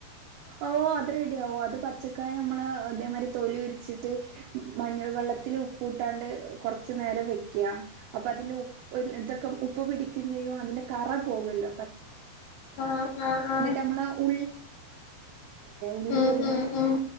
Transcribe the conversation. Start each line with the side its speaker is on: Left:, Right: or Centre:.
Right: ഓ അത് റെഡി ആവോ അത് പച്ചക്കായ നമ്മള് അതേമാ തൊലി ഉരിച്ചിട്ട് മഞ്ഞൾ വെള്ളത്തിൽ ഉപ്പ കൂട്ടാണ്ട് കുറച്ച നേരം വെക്ക അപ്പ അതിന്റെ ഉപ്പ് ഇതൊക്കെ ഉപ്പ് പിടിക്കുക ചെയ്യോ അതിന്റെ കറ പോകല്ല
Left: ആഹ് ആഹ് ആഹ്
Right: നമ്മ ഉ <inaudible> ഉള്ളിന്ന്
Left: ഉം ഉം ഉം